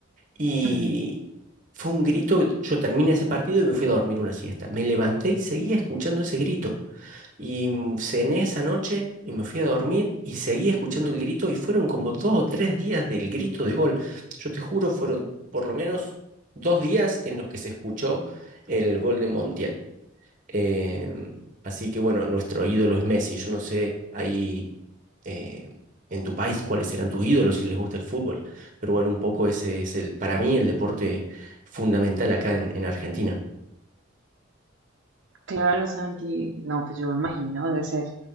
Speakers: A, on the right; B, on the right.
A: Y
B: Ujú.
A: fue un grito, yo terminé ese partido y me fui a dormir una siesta. Me levanté y seguía escuchando ese grito. Y mm, cené esa noche y me fui a dormir y seguí escuchando el grito y fueron como dos o tres días del grito de gol. Yo te juro, fueron por lo menos dos días en los que se escuchó el gol de Montiel. Em, así que bueno, nuestro ídolo es Messi. Yo no sé ahí eh, en tu país cuáles serán tus ídolos si les gusta el fútbol, pero bueno, un poco ese es el, para mí, el deporte fundamental acá en, en Argentina.
B: Claro, Santi. No, pues yo me imagino, debe ser.